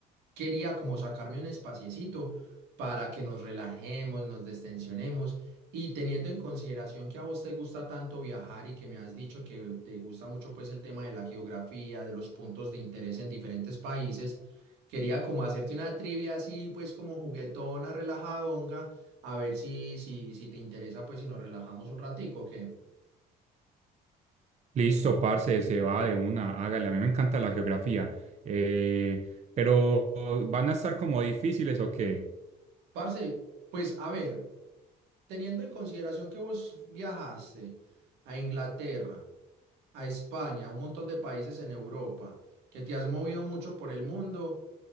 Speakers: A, on the right; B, on the right.
A: quería como sacarme un espaciecito para que nos relajemos, nos destensionemos y teniendo en consideración que a vos te gusta tanto viajar y que me has dicho que te gusta mucho pues el tema de la geografía, de los puntos de interés en diferentes países, quería como hacerte una trivia así pues como juguetona, relajadonga, a ver si, si, si te interesa pues si nos relajamos un ratico, ¿o qué?
B: Listo, parce, se va de una, hágale. A mí me encanta la geografía. Eh, pero ¿van a estar como difíciles o qué?
A: Parce, pues a ver, teniendo en consideración que vos viajaste a Inglaterra, a España, a un montón de países en Europa, que te has movido mucho por el mundo,